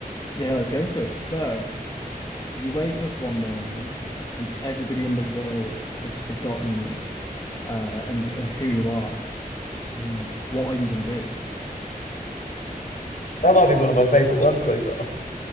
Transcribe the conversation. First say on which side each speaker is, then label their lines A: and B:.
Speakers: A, on the left (about 30°); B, on the left (about 60°).
A: yeah, let's go for it. So you wake up one morning and everybody in the world has forgotten you uh, and and who you are. W- What are you going to do?
B: That might be one of my favorite ones so far.